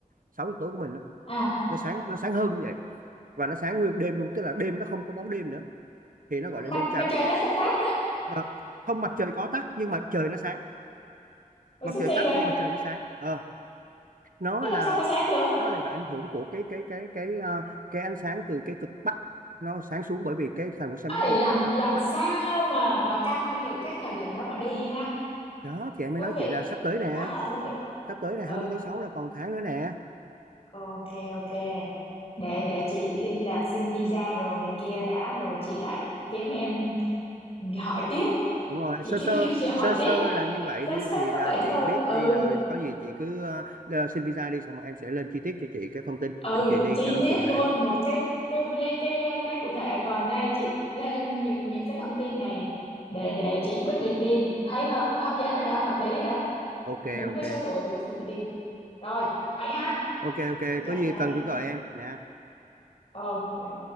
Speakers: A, on the right; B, on the left.
A: 6 giờ tối của mình đó
B: à
A: nó sáng nó sáng hơn như vậy và nó sáng nguyên đêm luôn tức là đêm nó không có bóng đêm nữa thì nó
B: mặt
A: gọi là đêm trắng
B: mặt trời nó không tắt nữa
A: Ờ, không mặt trời có tắt nhưng mà trời nó sáng
B: ôi
A: mặt
B: số
A: trời
B: kỳ
A: tắt
B: vậy
A: nhưng mà trời nó sáng Ờ, nó
B: thế
A: là
B: làm sao mà sáng được
A: nó là bị ảnh hưởng của cái cái cái cái ờ, cái ánh sáng từ cái cực bắc nó sáng xuống bởi vì cái thành phố San
B: ấy
A: Francisco
B: làm
A: là từ
B: làm
A: cực bắc
B: sao mà mà canh được cái thời điểm đó mà đi ha
A: đó thì em mới
B: thú
A: nói
B: vị
A: chị là sắp tới nè
B: khá là thú vị
A: sắp tới là
B: ừ
A: hai mươi tháng sáu là còn tháng nữa nè
B: ok ok để để chị liên lạc xin visa rồi này kia đã rồi chị lại kiếm em hỏi tiếp
A: đúng rồi
B: chị
A: sơ
B: kiếm
A: sơ
B: <laughs> em chị hỏi
A: sơ sơ
B: tiếp
A: là như vậy
B: sao
A: đi
B: sao
A: thì là
B: vậy
A: chị
B: thôi
A: biết
B: đó ừ
A: đi rồi có gì chị cứ ờ, ờ, xin visa đi xong rồi em sẽ lên chi tiết cho chị cái thông tin
B: ừ
A: để chị đi
B: chi
A: cho nó
B: tiết
A: cụ
B: luôn
A: thể
B: một cái cái cái cái cái cụ thể còn nay chị thêm những những cái thông tin này để để chị quyết định đi thấy hợp hấp dẫn rồi đó hợp lý rồi đó
A: ok
B: đúng
A: ok
B: với số tuổi của chị đi rồi vậy ha
A: ok ok
B: tôi chạy
A: có gì
B: đây
A: cần thì gọi em nha
B: ok